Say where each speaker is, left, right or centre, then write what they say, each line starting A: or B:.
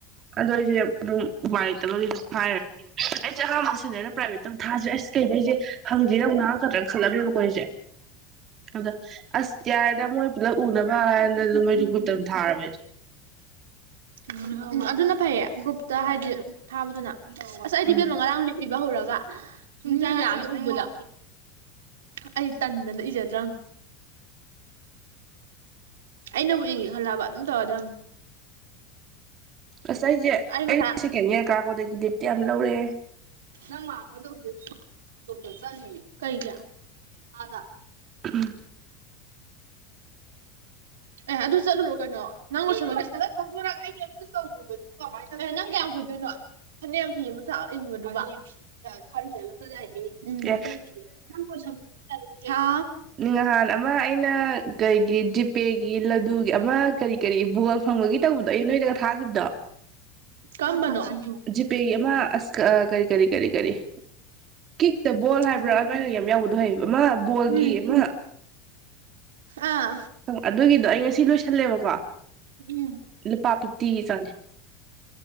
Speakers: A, on the right; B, on the right.
A: ꯑꯗꫭ ꯑꯩꯁꯦ ꯑꯗꯨꯝ ꯋꯥꯏ ꯑꯩꯁꯦ ꯑꯍꯥꯟꯕ ꯁꯦꯅ꯭ꯌꯔꯗ ꯄ꯭ꯔꯥꯏꯚꯦꯠꯇ ꯃꯨꯛ ꯊꯥꯥꯁꯤꯔ ꯑꯁ ꯀꯩꯅꫭ ꯑꯩꯁꯦ ꯍꯪꯗꯦꯅ ꯑꯃꯨꯛ ꯉꯥꯡꯉꯛꯀꯗ꯭ꯔꯥꯅ ꯈꯜꯂꯃꯦꯕꯀꯣ ꯑꯩꯁꯦ ꯑꯗ ꯑꯁ ꯌꯥꯔꯦꯗ ꯃꯣꯏ ꯄꯨꯂꯞ ꯎꯅꯕ ꯍꯥꯏꯅ ꯃꯣꯏꯗꯨ
B: ꯎꯝ
A: ꯒ꯭ꯔꯨꯞꯇ ꯑꯗꯨꯝ ꯊꯥꯔꯕ ꯑꯩꯖꯨ
B: ꯎꯝ ꯑꯗꯨꯅ ꯐꯩꯌꯦ ꯒ꯭ꯔꯨꯞꯇ ꯍꯥꯏꯗꯤ ꯊꯥꯕꯗꯨꯅ ꯑꯁ ꯑꯩꯗꯤ
A: ꯎꯝ
B: ꯏꯕꯦꯝꯃ ꯉꯔꯥꯡ ꯂꯤꯞ ꯏꯕ ꯍꯧꯔ ꯁꯨꯡꯖ ꯎꯕꯗꯣ ꯑꯩ ꯇꯟꯗꯅ ꯏꯖꯗ꯭ꯔꯕ ꯑꯩꯅꯕꯨꯛ ꯏ ꯍꯜꯂꯕ ꯑꯗꯨꯝ ꯇꯧꯔ ꯑꯗꯨ
A: ꯑꯁ ꯑꯩꯁꯦ ꯑꯩ
B: ꯉꯁꯥꯏ
A: ꯁꯩꯀꯦꯟ ꯌꯔ ꯀꯌꯥꯝ ꯂꯧꯔꯦ
B: ꯅꯪ ꯃꯥꯒꯗ ꯗꯣꯛꯇꯔ ꯆꯇꯅꯤ ꯀꯩꯒꯤ ꯑꯗꯥ
A: ꯎꯝ
B: ꯑꯦ ꯑꯗꯨ ꯆꯠꯂꯨꯔꯣ ꯀꯩꯅꯣ ꯅꯪꯕꯨ ꯁꯗ ꯐꯗ ꯀꯩꯇꯧꯗꯣ ꯅꯪ ꯀꯌꯥꯝ ꯀꯨꯏꯗꯣꯏꯅꯣ ꯐꯅꯌꯥꯝ ꯐꯤ ꯑꯃ ꯊꯛꯏꯕꯅꯣ ꯈꯔ ꯆꯅꯏ <unintelligible> ꯎꯝꯗꯤ
A: ꯑꯦ
B: <unintelligible> ꯆꯌꯥ
A: ꯅꯤꯡꯍꯥꯥꯟ ꯑꯃ ꯑꯩꯅ ꯀꯔꯤꯒꯤ ꯗꯤꯄꯦꯒꯤ ꯂꯗꯨꯒꯤ ꯑꯃ ꯀꯔꯤ ꯀꯔꯤ ꯕꯒꯣꯜ ꯐꯪꯕꯒꯤ ꯇꯧꯕꯗꯣ ꯑꯩ ꯅꯣꯏꯗꯒ ꯊꯥꯈꯤꯕꯗꯣ
B: ꯀꯝꯕꯅꯣ ꯎꯝ
A: ꯖꯤꯄꯦꯒꯤ ꯑꯃ ꯑꯁ ꯀꯔꯤ ꯀꯔꯤ ꯀꯔꯤ ꯀꯔꯤ ꯀꯤꯛꯇ ꯕꯣꯜ ꯍꯥꯏꯕ꯭ꯔꯥ
B: ꯎꯝ ꯎꯝ
A: ꯑꯗꯨꯃꯥꯏꯅ ꯌꯥꯝ ꯌꯥꯎꯕꯗꯣ ꯍꯌꯦꯡ ꯃꯥ ꯕꯣꯒꯤ
B: ꯎꯝ
A: ꯃꯥ
B: ꯎꯝ ꯑꯥ
A: ꯑꯗꯨꯒꯤꯗꯣ ꯑꯩ ꯉꯁꯤ ꯂꯣꯏꯁꯜꯂꯦꯕꯀꯣ
B: ꯎꯝ
A: ꯂꯨꯄꯥ ꯐꯤꯐꯇꯤꯒꯤ ꯆꯪꯉꯦ